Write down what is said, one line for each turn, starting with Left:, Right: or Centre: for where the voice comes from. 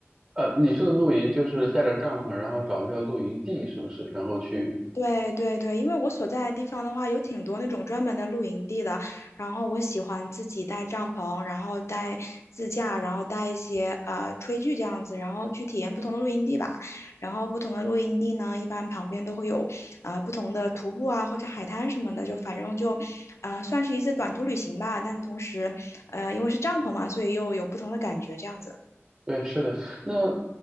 Right: 呃，你说的露营就是带着帐篷，然后找一个露营地，是不是？然后去，
Left: 对对对，因为我所在的地方的话，有挺多那种专门的露营地的。然后我喜欢自己带帐篷，然后带自驾，然后带一些呃炊具这样子，然后去体验不同的露营地吧。然后不同的露营地呢，一般旁边都会有呃不同的徒步啊或者海滩什么的，就反正就呃算是一次短途旅行吧。但同时呃因为是帐篷嘛，所以又有不同的感觉这样子。
Right: 对，是的。那